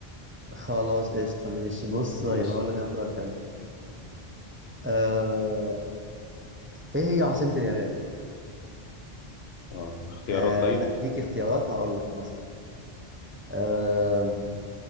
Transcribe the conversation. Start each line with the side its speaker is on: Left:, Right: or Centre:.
Right: خلاص قشطة ماشي بص
Left: ماشي
Right: يبقى أقول لك أنا سؤال حلو آه... إيه هي عاصمة اليابان؟
Left: اه اختيارات
Right: آه...
Left: طيب
Right: أديك اختيارات هقول لك مثلا آه...